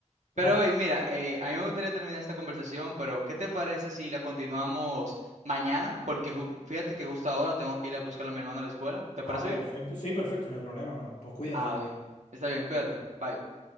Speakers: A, on the left; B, on the right.
A: Más-
B: Pero, hey, mira, eh, a mí me gustaría terminar esta conversación, pero ¿qué te parece si la continuamos mañana? Porque ju- fíjate que justo ahora tengo que ir a buscar a mi hermano a la escuela. ¿Te parece
A: ah, perfecto.
B: bien?
A: Sí, perfecto, no hay problema, bro. Pues cuídate,
B: Ah,
A: bro.
B: bien. Está bien, cuídate. Bye.